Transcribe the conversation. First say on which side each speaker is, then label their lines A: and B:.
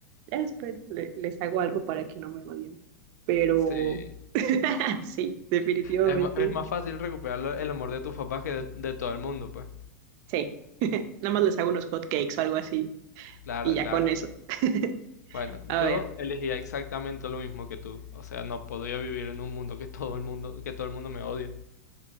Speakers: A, on the right; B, on the left.
A: Ya después le- les hago algo para que no me odien. Pero
B: sí,
A: <laughs> sí, definitivamente.
B: Es, ma- es más fácil recuperar lo- el amor de tus papás que de, de todo el mundo, pues.
A: Sí, nada más les hago unos hot cakes o algo así
B: Claro,
A: y ya
B: claro.
A: con eso. <laughs>
B: Bueno,
A: A
B: yo
A: ver,
B: elegía exactamente lo mismo que tú. O sea, no podría vivir en un mundo que todo el mundo, que todo el mundo me odia.